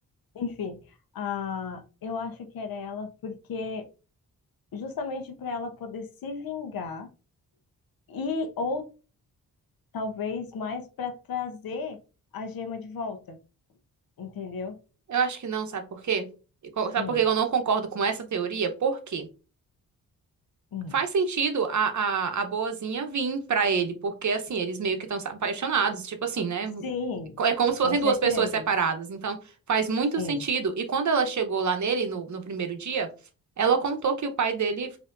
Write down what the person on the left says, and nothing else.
Enfim, ah eu acho que era ela, porque justamente para ela poder se vingar e ou talvez mais para trazer a gema de volta, entendeu?
Hum,
hum.
Sim,
com certeza.
Sim.